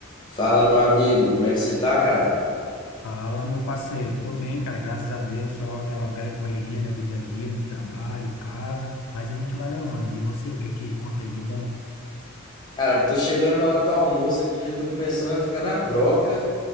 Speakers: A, on the left (about 20°); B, on the left (about 80°).
A: Fala, meu amigo, como é que você tá, cara?
B: Fala, meu parceiro. Tô bem, cara, graças a Deus. Só aquela velha correria, né, do dia a dia, muito trabalho, casa, mas a gente vai levando. E você, o que que conta aí de bom?
A: Cara, tô chegando na hora do almoço aqui, já tô começando a ficar na broca